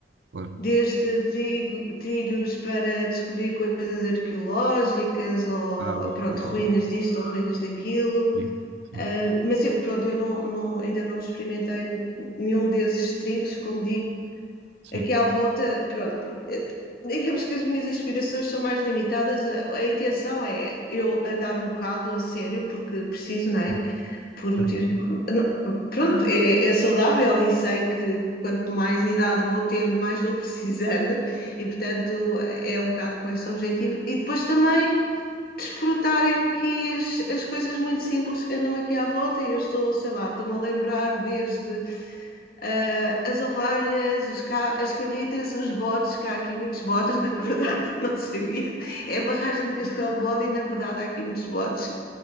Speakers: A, on the right; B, on the left.
A: claro.
B: desde trigo- trilhos para descobrir coisas arqueológicas, ou,
A: Ah, uau,
B: pronto,
A: fantástico.
B: ruínas disto ou ruínas daquilo,
A: Sim, sim,
B: Ah, mas eu, pronto, eu não, não- ainda não experimentei nenhum desses trilhos, como digo,
A: sim.
B: aqui à volta, pronto, eh, digamos que as minhas inspirações são mais limitadas. A, a intenção é eu andar um bocado a sério, porque preciso, não é?
A: Hum,
B: Por
A: Certo.
B: motivos. não- Pronto, é, é saudável e sei que quanto mais idade vou tendo, mais vou precisando, e portanto é um bocado com esse objetivo. E depois também. Desfrutar aqui as, as coisas muito simples que andam aqui à volta, e eu estou, sei lá, estou-me a lembrar desde ah, as ovelhas, os ca- as cabritas, os bodes, que há aqui muitos bodes, <laughs> na verdade, eu não sabia. É a barragem de Castelo de Bode e, na verdade, há aqui muitos bodes.